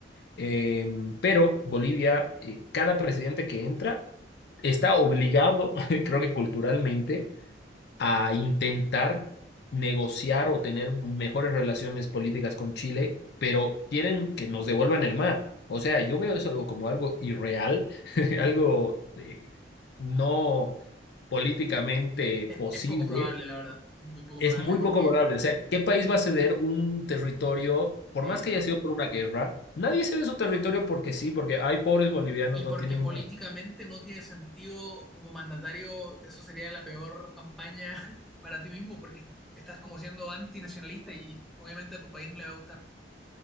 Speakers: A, on the left; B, in the centre.
A: Eh, pero Bolivia, eh, cada presidente que entra está obligado, <laughs> creo que culturalmente, a intentar negociar o tener mejores relaciones políticas con Chile, pero quieren que nos devuelvan el mar. O sea, yo veo eso algo como algo irreal, <laughs> algo eh, no políticamente
B: Es,
A: posible
B: es poco probable, la verdad. Es muy poco
A: es
B: probable
A: muy
B: porque,
A: poco probable. O sea, ¿qué país va a ceder un territorio, por
B: sí,
A: más que
B: no.
A: haya sido por una guerra? Nadie cede su territorio porque sí, porque hay pobres bolivianos,
B: Y
A: no
B: porque
A: tienen
B: políticamente no tiene sentido como mandatario, eso sería la peor campaña <laughs> para ti mismo porque estás como siendo antinacionalista y obviamente a tu país no le va a gustar.